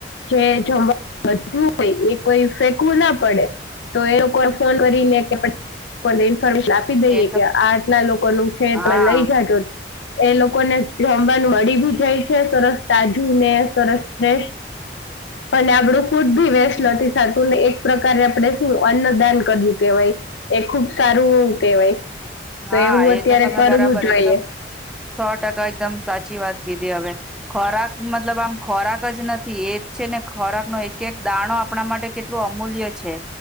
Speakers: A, on the left (about 85°); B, in the centre.
A: જે જમવાનું વધ્યું હોય એ કોઈ ફેકવું ના પડે. તો એ લોકો ફોન કરી ને <unintelligible> ઈફોર્મેશન આપી દઈએે
B: એ તો
A: કે આટલા લોકો નું છે
B: હા
A: તમે લઈ જાજો એ લોકોને જોમવાનું મળી ભી જાય છે સરસ તાજું ને સરસ ને, અને આપડું ફૂડ ભી વેસ્ટ નથી થતું ને એક પ્રકારે આપડે શું અન્નદાન કર્યું કેવાય, એ ખુબ સારું કેવાય. તો
B: હા
A: એવું
B: એ
A: અત્યારે
B: તો તમે
A: કરવું
B: બરાબર
A: જોઈએ
B: એકદમ, સો ટકા એકદમ સાચી વાત કીધી હવે, ખોરાક મતલબ આમ ખોરાક જ નથી એ છે ને ખોરાક નો એક-એક દાણો આપણા માટે કેટલું અમૂલ્ય છે.